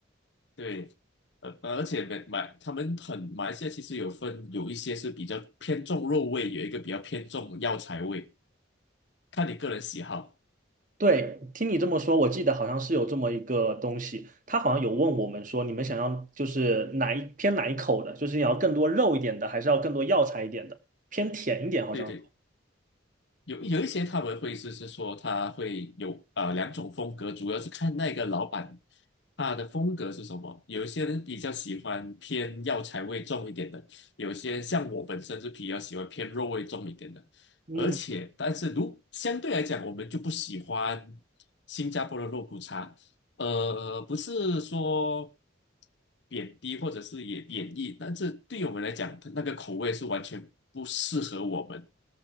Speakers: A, on the left (about 65°); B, on the right (about 40°).
A: 对，呃，而且买买他们很马来西亚其实有分，有一些是比较偏重肉味，有一个比较偏重药材味，看你个人喜好。
B: 对，听你这么说，我记得好像是有这么一个东西，他好像有问我们说，你们想要就是哪一偏哪一口的，就是你要更多肉一点的，还是要更多药材一点的，偏甜一点好像。
A: 对对，有有一些他们会是是说他会有呃两种风格，主要是看那个老板他的风格是什么。有一些人比较喜欢偏药材味重一点的，有些像我本身是比较喜欢偏肉味重一点的。
B: 嗯。
A: 而且，但是如相对来讲，我们就不喜欢新加坡的肉骨茶，呃，不是说贬低或者是也贬义，但是对于我们来讲，那个口味是完全不适合我们，